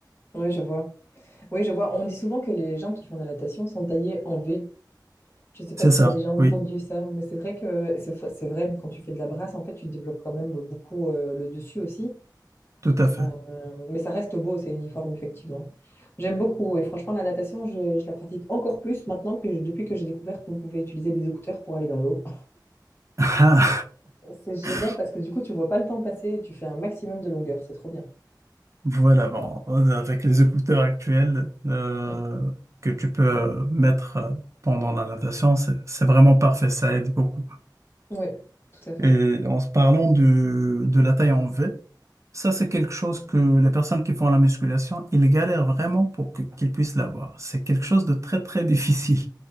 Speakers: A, on the left (about 30°); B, on the right (about 40°).
A: ouais, je vois. Oui, je vois. On dit souvent que les gens qui font de la natation sont taillés en V. Je sais pas
B: C'est
A: si
B: ça,
A: tu as déjà entendu
B: oui,
A: ça, mais c'est vrai que c'est fr- c'est vrai, quand tu fais de la brasse, en fait, tu développes quand même beaucoup euh, le dessus aussi.
B: tout à fait.
A: Euh, mais ça reste beau, c'est uniforme, effectivement. J'aime beaucoup. Et franchement, la natation, je, je la pratique encore plus maintenant que je- depuis que j'ai découvert qu'on pouvait utiliser des écouteurs pour aller dans l'eau.
B: Ah.
A: C'est génial
B: <laughs>
A: parce que du coup, tu vois pas le temps passer et tu fais un maximum de longueur. C'est trop bien.
B: Voilà, bon, avec les écouteurs actuels euh,
A: Mm.
B: que tu peux euh, mettre euh, pendant la natation, c'est c'est vraiment parfait, ça aide beaucoup.
A: Oui, tout à fait.
B: Et en se parlant de, de la taille en V, Ça, c'est quelque chose que les personnes qui font la musculation, ils galèrent vraiment pour que- qu'ils puissent l'avoir. C'est quelque chose de très, très difficile.